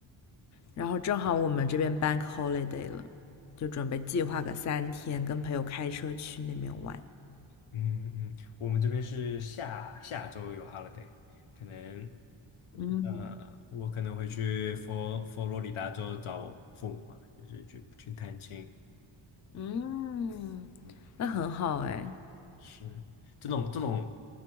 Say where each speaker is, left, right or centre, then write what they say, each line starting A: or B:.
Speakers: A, on the left (about 40°); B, on the left (about 80°).
A: 然后正好我们这边 bank holiday 了，就准备计划个三天，跟朋友开车去那边玩。
B: 嗯嗯，我们这边是下下周有 holiday，可能
A: 嗯
B: 呃，我可能会去佛佛罗里达州找我父母嘛，就是去去探亲。
A: 嗯，
B: 嗯
A: 那很好哎。
B: 是这种这种，